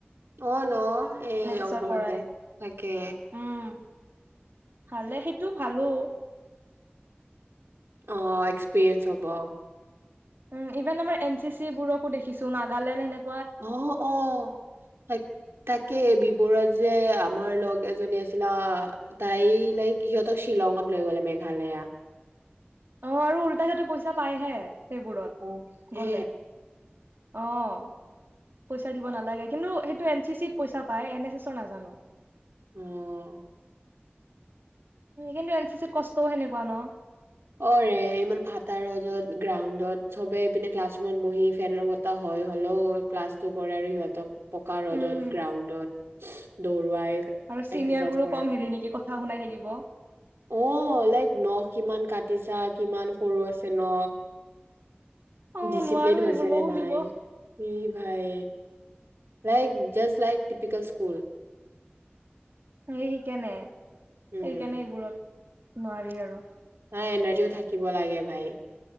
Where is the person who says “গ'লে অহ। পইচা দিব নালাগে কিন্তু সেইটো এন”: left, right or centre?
Right